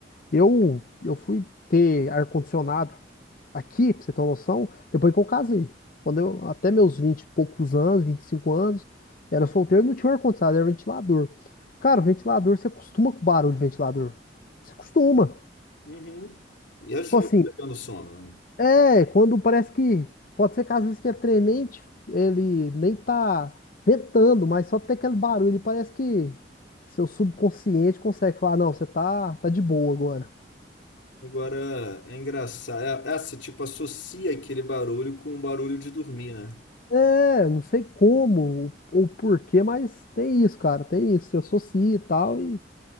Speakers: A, on the left; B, on the left.
A: eu, eu fui ter ar-condicionado aqui, pra você ter uma noção, depois que eu casei. Quando eu, até meus 20 e poucos anos, 25 anos, era solteiro, não tinha um ar-condicionado, era ventilador. Cara, ventilador, você acostuma com o barulho de ventilador. Você acostuma.
B: Uhum. E ajuda
A: Tipo assim,
B: pegando sono, né?
A: é, quando parece que. Pode ser que às vezes que ele trem nem, te- ele nem tá ventando, mas só tem aquele barulho. Ele parece que seu subconsciente consegue falar: não, você tá, tá de boa agora.
B: Agora é engraçado. É, é, você tipo associa aquele barulho com o barulho de dormir, né?
A: É, não sei como ou, ou porquê, mas tem isso, cara. Tem isso. Se associa e tal, e